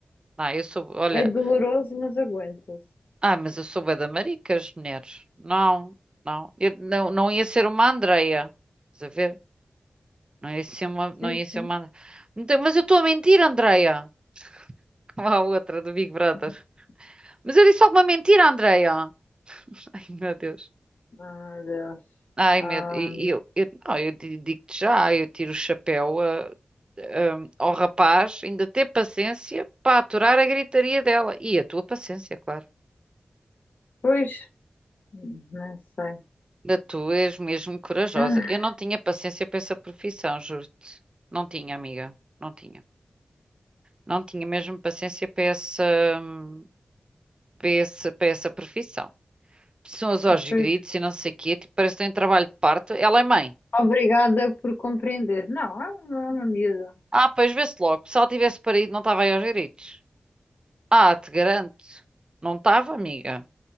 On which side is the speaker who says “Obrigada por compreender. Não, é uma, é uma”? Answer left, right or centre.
Left